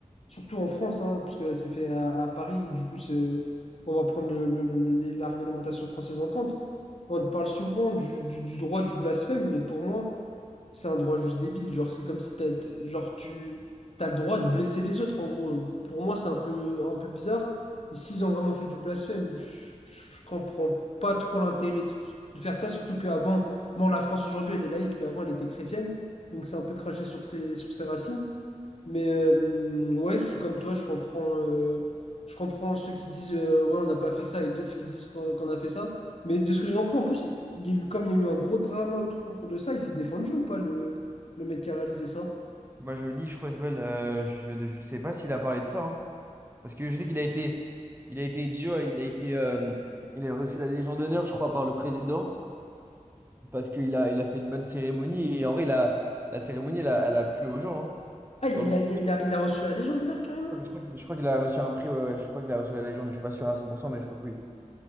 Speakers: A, on the left (about 55°); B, on the right (about 15°).
A: Surtout en France, hein, parce que c'est fait à, à Paris, du coup, c'est- on va prendre le- le- le- le- la réglementation française en compte. On parle souvent du, du- du droit du blasphème, mais pour moi, c'est un droit juste débile. Genre, c'est comme si t'as, t- genre, tu as le droit de blesser les autres, en gros. Pour moi, c'est un peu, un peu bizarre. Et s'ils ont vraiment fait du blasphème, je, je comprends pas trop l'intérêt de, de faire ça, surtout qu'avant, bon, la France aujourd'hui, elle est laïque, mais avant, elle était chrétienne. Donc, c'est un peu craché sur ses, sur ses racines. Mais euh, ouais, je suis comme toi, je comprends, euh, je comprends ceux qui disent euh, ouais, on n'a pas fait ça et d'autres qui disent qu'on qu'on a fait ça. Mais de ce que je comprends, en plus, il y a eu, comme il y a eu un gros drama autour de ça, il s'est défendu ou pas le, le mec qui a réalisé ça?
B: Bah, je lis, je crois, qu'il s'appelle. euh, je, ne je sais pas s'il a parlé de ça, hein. parce que je sais qu'il a été, il a été idiot, il a été, euh, il a reçu la Légion d'honneur, je crois, par le président. Parce qu'il a, il a fait une bonne cérémonie. Et en vrai, la, la cérémonie, elle a, elle a plu aux gens. hein,
A: Ah, il
B: dans
A: a, il
B: le monde.
A: a, il a, il a- il a reçu la Légion d'honneur carrément?
B: Je crois qu'il je crois qu'il a reçu un prix. ouais, ouais, je crois qu'il a reçu la Légion, mais je suis pas sûr à 100%, mais je crois que oui.